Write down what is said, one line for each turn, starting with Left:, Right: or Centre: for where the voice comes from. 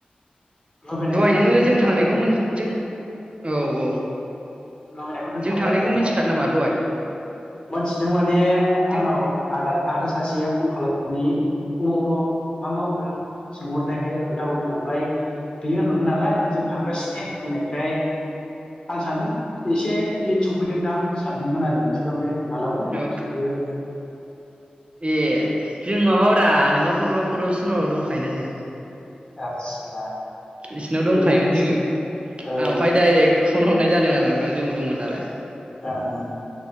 Left: लुबैनायखौ
Right: दहाय
Left: माने
Right: नोङो
Left: दोनथ'नानै
Right: जों थांनायखौ मोन जों औ औ।
Left: लुबैनायखौ दोनथ'बाय
Right: जों थांनायखौ
Left: माने
Right: मिथिखादों
Left: आं
Right: नामा दहाय
Left: मोनथिदों माने
Right: जों
Left: आंनाव आदा आदा सासेया फन खालामनानै अबाव दं मा मावदों सोंहरनायखाय खोन्थाहरदों ओमफाय बियोहोनहरदों नालाय जों थांगासिनो होननायखाय आं सानदों एसे लेट सौफैगोनदांं सानदोंमोन आरो नोंसोरा ओमफाय मालाबानो
Right: औ
Left: सौफैबाय।
Right: ए जों माबाब्रा नोंनाव फन हरबा फद'सि मोन्नाव दंखायोना जों।
Left: आदसा
Right: इसिनाव
Left: बेखौथ'
Right: दंखायोमोन
Left: मिथि
Right: जोङो
Left: ओ
Right: आमफाय दाइरेक्ट फन हरनाय जादों आरो नोंनाव जोंबो दंमोन नालाय।
Left: ओं